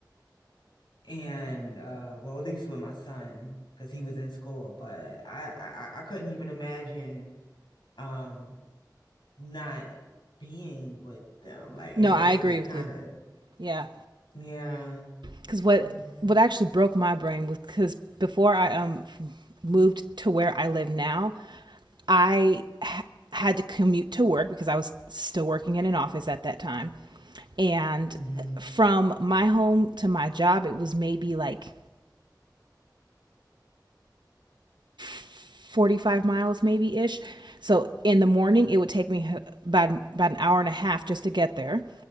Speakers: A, on the left (about 85°); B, on the right (about 80°).
A: And uh well, at least with my son because he was in school, but I, I I couldn't even imagine um not being with them. Like
B: no,
A: it
B: I
A: it,
B: agree
A: it
B: with
A: kind
B: you.
A: of
B: Yeah,
A: yeah.
B: because what
A: Mm-mm,
B: what actually broke my brain was because before I um moved to where I live now, I ha- had to commute to work because I was still working in an office at that time, and
A: hmm
B: from my home to my job, it was maybe like 45 miles maybe ish. So in the morning, it would take me about, about an hour and a half just to get there.